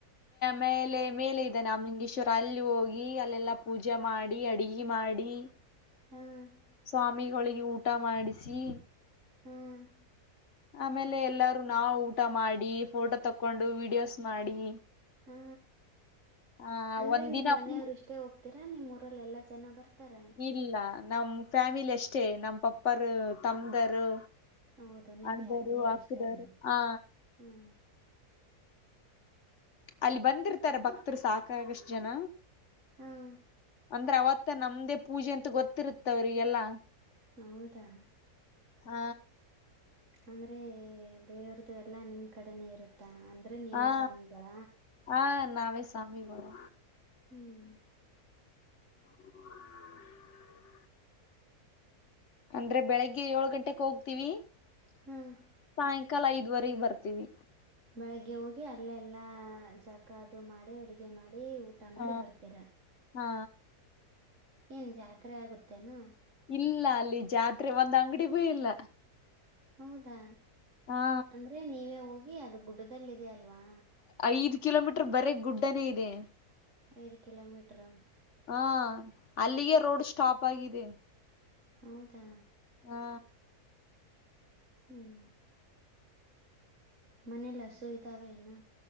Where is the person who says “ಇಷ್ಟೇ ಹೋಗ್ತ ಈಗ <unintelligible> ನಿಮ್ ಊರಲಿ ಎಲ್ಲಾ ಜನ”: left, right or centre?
Right